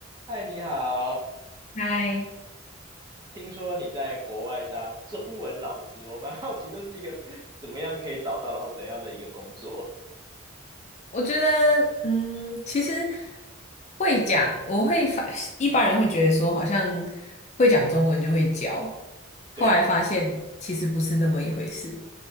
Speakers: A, on the right (about 20°); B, on the left (about 35°).
A: 嗨，你好。
B: 嗨，
A: 听说你在国外当中文老师，我蛮好奇这是一个怎么样可以找到，然后怎样的一个工作？
B: 我觉得，嗯，其实会讲，我会发，一般人会觉得说，好像会讲中文就会教，
A: 对，
B: 后来发现其实不是那么一回事，